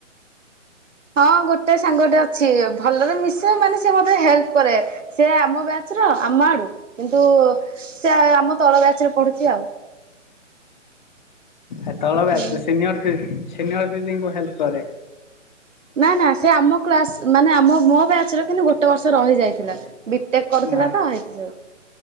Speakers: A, on the right; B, on the left.
A: ହଁ ଗୋଟେ ସାଙ୍ଗଟେ ଅଛି। ଭଲରେ ମିଶେ ମାନି ସେ ମୋତେ ହେଲ୍ପ କରେ ସେ ଆମ ବ୍ୟା ଚ ର ଆମ ଆଡୁ କିନ୍ତୁ ସେ ଆମ ତଳ ବ୍ୟାଚରେ ପଢୁଛି ଆଉ।
B: ଏ ତଳ ବ୍ୟାଚ
A: ହୁଁ।
B: ସିନିଅର କି ସିନିୟର୍ ଦିଦିଙ୍କୁ ହେଲ୍ପ କରେ।
A: ନା ନା ସେ ଆମ କ୍ଲାସ ମାନେ ଆମ ମୋ ବ୍ୟାଚ୍ ର କିନ୍ତୁ ଗୋଟେ ବର୍ଷ ରହିଯାଇଥିଲା। ବିଟେକ୍ କରୁଥିଲା
B: ହଁ
A: ତ ଏଇଥିପାଇଁ।